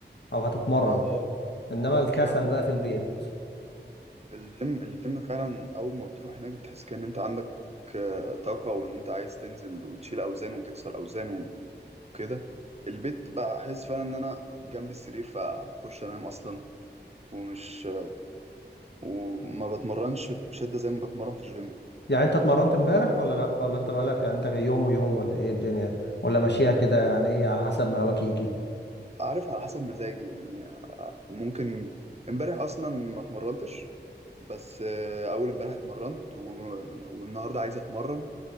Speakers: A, on the left (about 75°); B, on the right (about 35°).
A: او هتتمرن
B: ما اه
A: انما
B: ما
A: الكسل
B: فعلا
A: بقى في البيت
B: الجيم الجيم فعلا اول ما بتروح هناك بتحس كأن انت عندك آه، طاقة وان انت عايز تنزل وتشيل اوزان وتكسر اوزان وكده البيت بقى احس فعلا ان انا جنبي السرير فاخش انام اصلا ومش وما بتمرنش بشدة زي ما بتمرن في الجيم
A: يعني انت اتمرنت امبارح ولا لا ولا انت بقالك يعني انت يوم ويوم ولا ايه الدنيا ولا ماشيها كده يعني ايه على حسب ما هواك يجي
B: عارف على حسب مزاجي يعني آه، ممكن امبارح اصلا ما اتمرنتش بس آه، اول امبارح اتمرنت و... والنهارده عايز اتمرن